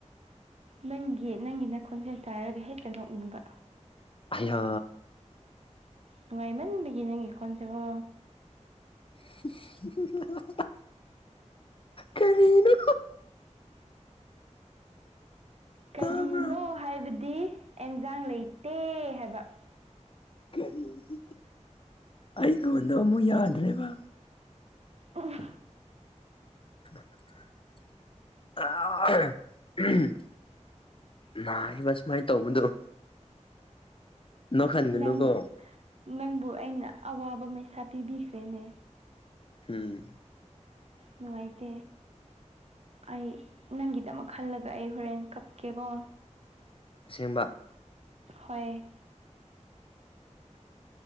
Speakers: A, on the right; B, on the left.
A: ꯅꯪꯒꯤ ꯅꯪꯒꯤ ꯅꯈꯣꯟꯁꯦ ꯇꯥꯔꯒ ꯍꯦꯛꯇ ꯅꯣꯛꯅꯤꯡꯕ
B: ꯑꯩꯌꯥ
A: ꯅꯨꯡꯉꯥꯏꯃꯟꯕꯒꯤ ꯅꯪꯒꯤ ꯈꯣꯟꯁꯦꯀꯣ
B: <inaudible> ꯀꯔꯤꯅꯣ
A: ꯀꯔꯤꯅꯣ
B: ꯇꯥꯕ꯭ꯔꯥ
A: ꯍꯥꯏꯕꯗꯤ ꯑꯦꯟꯖꯥꯡ ꯂꯩꯇꯦ ꯍꯥꯏꯕ
B: ꯀꯔꯤꯒꯤ ꯑꯩꯈꯣꯟ ꯗꯣ ꯑꯃꯨꯛ ꯌꯥꯗ꯭ꯔꯦꯕ
A: ꯎꯝ
B: <inaudible> ꯅꯥꯏꯌꯦꯕ ꯁꯨꯃꯥꯏꯅ ꯇꯧꯕꯗꯣ ꯅꯣꯛꯍꯟꯒꯅꯨꯒꯣ
A: ꯅꯪ ꯅꯪꯕꯨ ꯑꯩꯅ ꯑꯋꯥꯕ ꯃꯩꯁꯥ ꯄꯤꯕꯤꯈ꯭ꯔꯦꯅꯦ
B: ꯎꯝ
A: ꯅꯨꯡꯉꯥꯏꯇꯦ ꯑꯩ ꯅꯪꯒꯤꯗꯃꯛ ꯈꯜꯂꯒ ꯑꯩ ꯍꯣꯔꯦꯟ ꯀꯞꯀꯦꯀꯣ
B: ꯑꯁꯦꯡꯕ
A: ꯍꯣꯏ